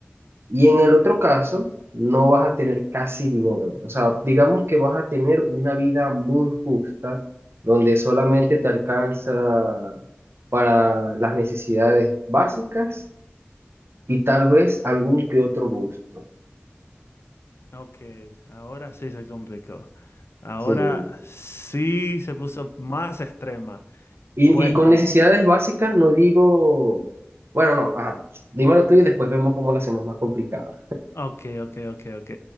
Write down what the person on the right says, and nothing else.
Y en el otro caso, no vas a tener casi dinero. O sea, digamos que vas a tener una vida muy justa, donde solamente te alcanza para las necesidades básicas y tal vez algún que otro gusto.
Sí.
Y,
y con necesidades básicas no digo, bueno, no, ajá, dímelo tú y después vemos cómo lo hacemos más complicado.